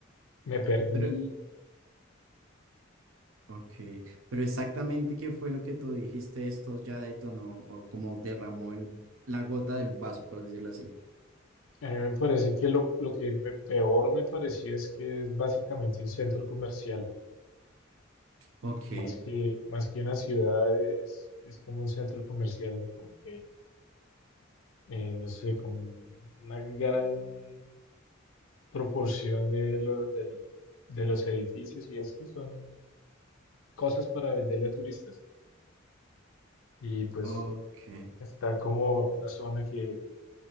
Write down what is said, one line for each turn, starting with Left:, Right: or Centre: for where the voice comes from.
Left: Me perdí.
Right: Pero, Ok, pero exactamente qué fue lo que tú dijiste, esto ya detonó o como derramó el- la gota del vaso, por decirlo así.
Left: A mí me parece que lo, lo que me- peor me pareció es que es básicamente un centro comercial,
Right: Ok,
Left: más que, más que una ciudad, es, es como un centro comercial, como que, eh, no sé, como una gran proporción de, lo- del- de los edificios y esto son cosas para venderle a turistas. Y pues
Right: ok.
Left: está como una zona que